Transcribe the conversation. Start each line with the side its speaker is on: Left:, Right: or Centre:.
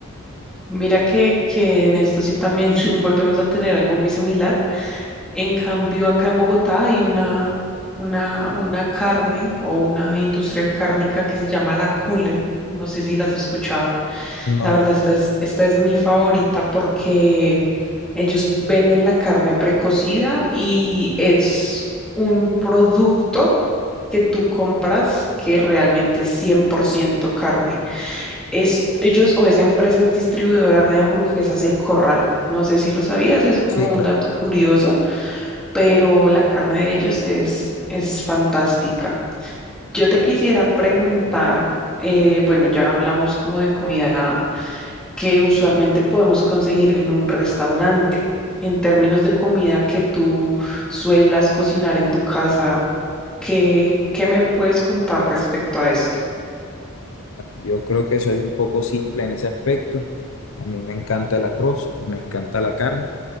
Centre: Mira que, que en esto sí también <laughs> volvemos a tener algo muy similar. En cambio, acá en Bogotá hay una, una, una carne o una industria cárnica que se llama la Cooler. No sé si las has escuchado.
Left: No,
Centre: La verdad,
Left: no,
Centre: esta es, esta es mi favorita porque ellos venden la carne precocida y es un producto que tú compras que realmente es 100% carne. Es, ellos o esa empresa es distribuidora de hamburguesas El Corral. No sé si lo sabías, es como
Left: sí, claro.
Centre: un dato curioso pero la carne de ellos es, es fantástica. Yo te quisiera preguntar, eh, bueno, ya hablamos como de comida que usualmente podemos conseguir en un restaurante. En términos de comida que tú suelas cocinar en tu casa, ¿qué, qué me puedes contar respecto a esto?
Left: Yo creo que soy un poco simple en ese aspecto. A mí me encanta el arroz y me encanta la carne.